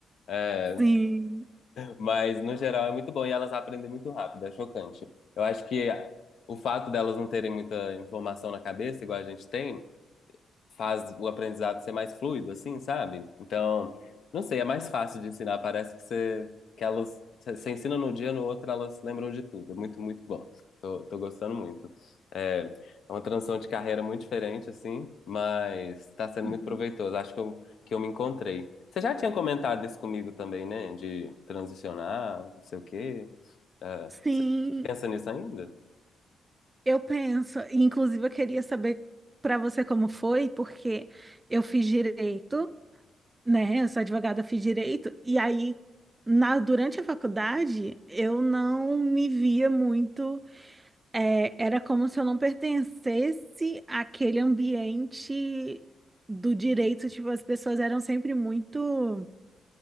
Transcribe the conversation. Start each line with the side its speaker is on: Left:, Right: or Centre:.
Left: É,
Right: <laughs> Sim.
Left: Mas, no geral, é muito bom e elas aprendem muito rápido, é chocante. Eu acho que o fato delas não terem muita informação na cabeça, igual a gente tem, faz o aprendizado ser mais fluido, assim, sabe? Então, não sei, é mais fácil de ensinar. Parece que você, que elas, você ensina num dia, no outro, elas lembram de tudo. É muito, muito bom. Tô, tô gostando muito. É, é uma transição de carreira muito diferente, assim, mas tá sendo
Right: Uhum.
Left: muito proveitoso. Acho que eu, que eu me encontrei. Você já tinha comentado isso comigo também, né? De transicionar, não sei o quê. É,
Right: Sim,
Left: pensa nisso ainda?
Right: eu penso. E, Inclusive, eu queria saber para você como foi, porque eu fiz direito, né? Eu sou advogada, fiz direito, e aí, na, durante a faculdade, eu não me via muito. É, era como se eu não pertencesse àquele ambiente do direito, tipo, as pessoas eram sempre muito